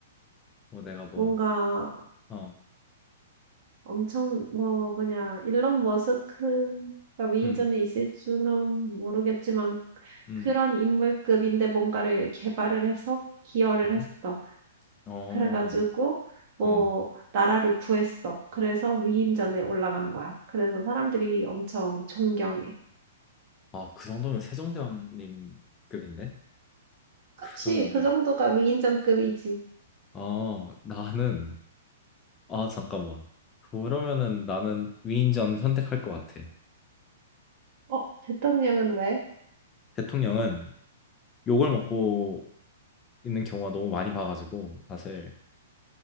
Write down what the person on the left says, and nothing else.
뭐 내가 뭐
어,
음,
음,
음,
어,
음.
아, 그 정도면 세종대왕님 급인데?
그러면은
어, 나는 아, 잠깐만. 그러면은 나는 위인전 선택할 것 같아.
대통령은 욕을 먹고 있는 경우가 너무 많이 봐가지고 사실